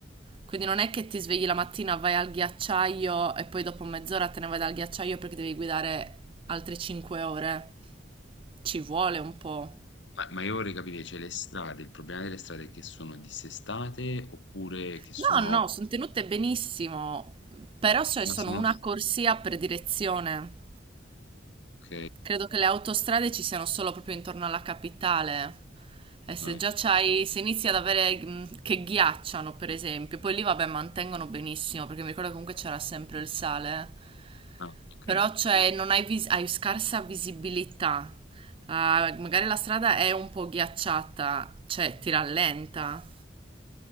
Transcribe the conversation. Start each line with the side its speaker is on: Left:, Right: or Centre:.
Right: Quindi non è che ti svegli la mattina, vai al ghiacciaio e poi dopo mezz'ora te ne vai dal ghiacciaio perché devi guidare altre 5 ore. Ci vuole un po'.
Left: Ma, ma io vorrei capire, cioè le strade, il problema delle strade è che sono dissestate oppure che sono...
Right: No, no, sono tenute benissimo, però cioè,
Left: Ma
Right: sono
Left: sono...
Right: una corsia per direzione.
Left: Ok,
Right: Credo che le autostrade ci siano solo proprio intorno alla capitale. E se
Left: ah,
Right: già c'hai, se inizi ad avere mh, che ghiacciano, per esempio, poi lì vabbè mantengono benissimo, perché mi ricordo che comunque c'era sempre il sale.
Left: ah, ok.
Right: Però cioè non hai, vis- hai scarsa visibilità. Ah, magari la strada è un po' ghiacciata, cioè ti rallenta.